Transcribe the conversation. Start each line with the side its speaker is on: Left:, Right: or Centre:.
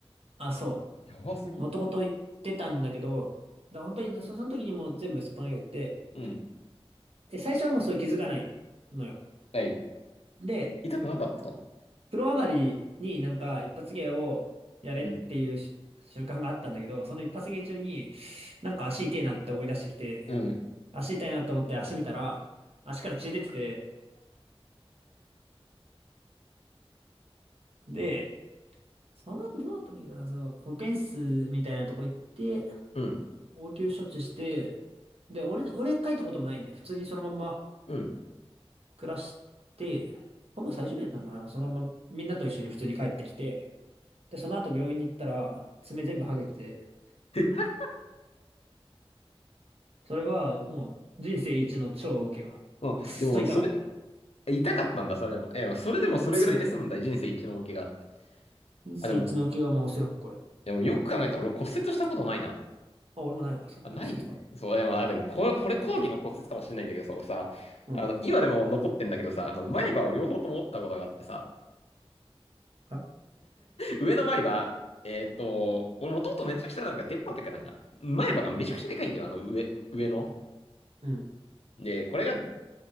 Right: あ、そ
Left: やばすぎ。
Right: う、もともと言ってたんだけど、だから本当にそ、その時にもう全部すっぱ抜けてて、
Left: うん。
Right: で、最初はもうそれ気づかないのよ。
Left: はい。
Right: で、
Left: 痛くなかったの
Right: プロ上がりになんか一発芸をやれっていうし習慣があったんだけど、
Left: うん、
Right: その一発芸中になんか足痛いなって思い出してきて、
Left: うん、
Right: 足痛いなって思って足見たら、足から血出てて、で、その後どうだったんだっけどな、その保健室みたいなとこ行って、
Left: うん、
Right: 応急処置して、で、俺、俺帰ったこともないんだよ。普通にそのまんま
Left: うん。
Right: 暮らして、ほぼ最終日だったのかな。そのままみんなと一緒に普通に帰ってきて、で、その後病院に行ったら、爪全部剥げてて、
Left: <laughs>
Right: それが、もう、人生一の超受けが。
Left: あ、
Right: くっそ痛かった。
Left: でも、それ、
Right: くっ
Left: 痛かったんだ、それでも。え、それでもそれぐらいで済むんだ、
Right: そ痛い。
Left: 人生一の大怪我って。
Right: 人生一の受けが、
Left: あ、でも、
Right: まあ、おそらくこれ。
Left: でもよく考えたら俺骨折したことないな。
Right: あ、俺もないわ、それ、
Left: あ、ないそう、
Right: 骨折が。
Left: でも、あ、でもこれ、これ講義の骨折かもしれないんだけどさ、俺さ、
Right: うん。
Left: あの、今でも残ってんだけどさ、あの、前歯を両方とも折ったことがあってさ、
Right: あ、
Left: 上の前歯、えーっと、俺もともとめちゃくちゃなんか出っ歯っていうかなんか、前歯がめちゃくちゃでかいんだよ、あの上、上の。
Right: うん。
Left: で、これが